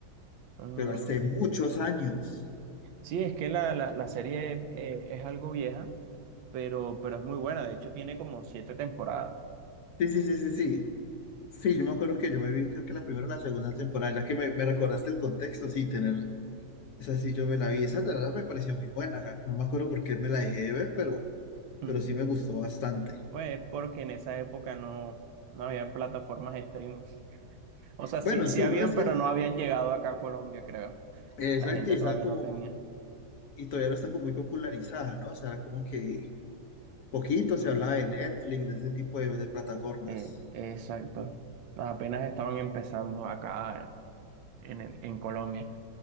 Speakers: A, on the right; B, on the left.
A: Mm,
B: pero hace muchos años.
A: sí, es que la, la- la serie eh, es algo vieja pero, pero es muy buena. De hecho, tiene como siete temporadas.
B: Sí, sí, sí, sí, sí. Sí, yo me acuerdo que yo me vi, creo que la primera o la segunda temporada, ya que me, me recordaste el contexto, sí, tener, esa sí yo me la vi, esa la verdad me pareció muy buena, la- no me acuerdo por qué me la dejé de ver, pero, pero
A: Mm.
B: sí me gustó bastante.
A: Pues porque en esa época no, no habían plataformas streaming. O sea,
B: Bueno,
A: sí, sí
B: sí,
A: habían,
B: ¿no? Es
A: pero
B: que, eh,
A: no habían llegado acá a Colombia, creo.
B: exacto,
A: La gente
B: y está
A: todavía
B: como,
A: no tenía.
B: y todavía no está como muy popularizada, ¿no? O sea, era como que poquito se hablaba de Netflix, de ese tipo de, de plataformas.
A: Eh, exacto. Apenas estaban empezando acá en, en, en Colombia.